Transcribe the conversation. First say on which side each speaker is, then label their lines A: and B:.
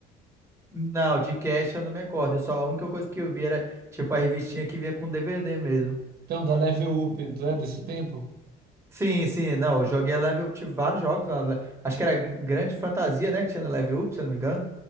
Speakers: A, on the right (about 15°); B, on the right (about 65°).
A: Não, de cast eu não me recordo. Eu Só a única coisa que eu vi era, tipo, a revistinha que vinha com DVD mesmo.
B: Então, da Level Up, tu é desse tempo?
A: Sim, sim, não, eu joguei a Level Up, tive vários jogos lá. na Acho que era Gr- Grande Fantasia, né, que tinha na Level Up, se eu não me engano.